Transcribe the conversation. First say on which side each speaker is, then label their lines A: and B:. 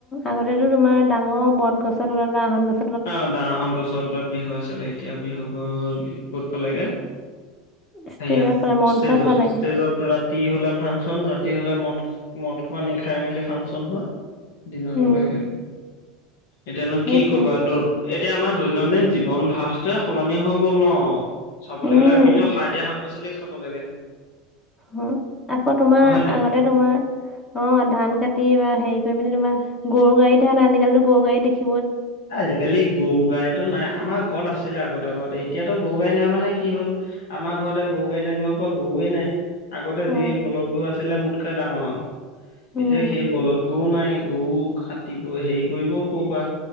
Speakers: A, on the left; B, on the left.
A: আগতেতো তোমাৰ ডাঙৰ বত গছৰ তলত বা আহত গছ
B: আহত ডাঙৰখন গছৰ তলত বিহু আছিলে এতিয়া বিহু গ'ল ক'ত পালেগে-
A: ষ্টেজত
B: হেয়াত
A: পালে মঞ্চত
B: ষ্টেজত
A: পালেগে
B: ষ্টেজত ৰাতি হলে ফাংচন ৰাতি- ৰাতি হলে মদ মদ নি খাই মেলি ফাংচন হয়- দিনত
A: উম
B: হলেহে এতিয়ানো
A: সেইটোৱে
B: কি কৰিবা এতিয়া আমাৰ- দৈনন্দিন জীৱন ভাসটোৱে সলনি হৈ গ'ল ন চাবলৈ
A: উম।
B: গ'লে আমিতো সাৰ দিয়া- পাচলিয়ে খাব লাগে-
A: হ আকৌ তোমাৰ
B: অ হয় নাই
A: আগতে তোমাৰ অ ধান কাটি- তি বা হৰি পি তোমাৰ গৰু গাড়ীহে আজিকালিতো গৰু গাডী দেখি-
B: আজিকালি গৰু গাইতটো নাই আমাৰ ঘ- ঘৰত আছিলে আগতে বাৰ এতিয়াতো গৰু গাড়ী নাই মানে কি হ'ল আমাৰ ঘৰতে গৰু গাড়ীত আনিব পৰা গৰুৱে নাই- আগতে
A: অ
B: যি বলধ গৰু আছিলে মোতকে ডাঙৰ ডাঙৰ-
A: উম
B: এতিয়া সেই বলত গৰু নাই গৰু কাটিব হেৰি কৰিব- ক'বা